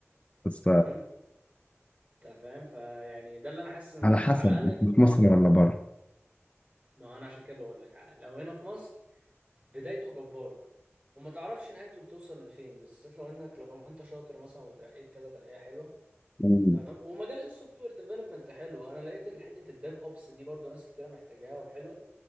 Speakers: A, on the left; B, on the right.
A: بس
B: تمام انت فاهم فيعني ده اللي انا حاسس ان
A: على حسب
B: على الاقل هنا
A: انت
B: في
A: في مصر
B: مصر
A: ولا بره
B: ما هو انا عشان كده بقول لك لو هنا في مصر بدايته جباره وما تعرفش نهايته بتوصل لفين بالذات لو انك لو انت شاطر مثلا وترقيت كذا ترقيه حلوه
A: مم.
B: تمام ومجال السوفت وير ديفلوبمنت حلو انا لقيت حته الديف اوبس دي برضو ناس كتيره محتاجاها وحلوه